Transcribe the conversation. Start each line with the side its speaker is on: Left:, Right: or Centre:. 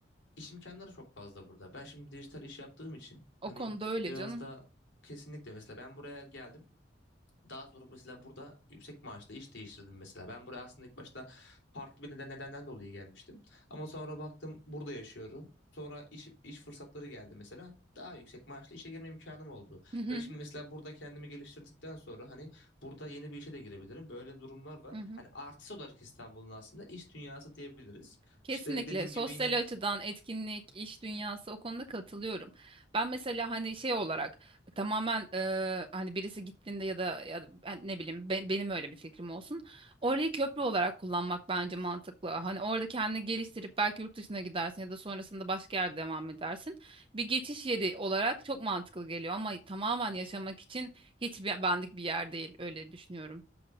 Left: iş imkanları çok fazla burada. Ben şimdi dijital iş yaptığım için
Right: O
Left: hani
Right: konuda öyle
Left: biraz
Right: canım.
Left: da kesinlikle mesela ben buraya geldim. Daha sonra mesela burada yüksek maaşla iş değiştirdim mesela. Ben buraya aslında ilk başta farklı bir neden, nedenden dolayı gelmiştim. Ama sonra baktım burada yaşıyorum. Sonra iş, iş fırsatları geldi mesela. Daha yüksek maaşla işe girme imkanım oldu.
Right: Hı-hı.
Left: Ve şimdi mesela burada kendimi geliştirdikten sonra hani burada yeni bir işe de girebilirim. Böyle durumlar var.
Right: Hı-hı.
Left: Hani artısı olarak İstanbul'un aslında iş dünyası diyebiliriz.
Right: Kesinlikle
Left: İşte dediğim
Right: sosyal
Left: gibi yine
Right: açıdan etkinlik, iş dünyası o konuda katılıyorum. Ben mesela hani şey olarak tamamen e, hani birisi gittiğinde ya da, ya da ben ne bileyim be- benim öyle bir fikrim olsun. Orayı köprü olarak kullanmak bence mantıklı. Hani orada kendini geliştirip belki yurt dışına gidersin ya da sonrasında başka yerde devam edersin. Bir geçiş yeri olarak çok mantıklı geliyor ama tamamen yaşamak için hiç be- benlik bir yer değil öyle düşünüyorum.